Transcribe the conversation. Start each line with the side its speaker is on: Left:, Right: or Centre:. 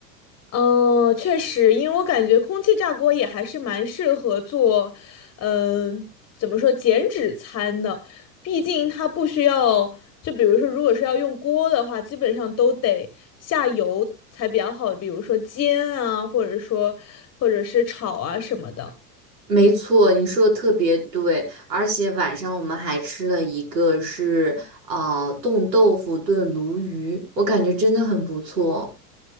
Left: 哦，确实，因为我感觉空气炸锅也还是蛮适合做，嗯、怎么说减脂餐的？毕竟它不需要，就比如说，如果是要用锅的话，基本上都得下油才比较好，比如说煎啊，或者说或者是炒啊什么的。
Right: 没错，你说的特别对，而且晚上我们还吃了一个是呃冻豆腐炖鲈鱼，我感觉真的很不错，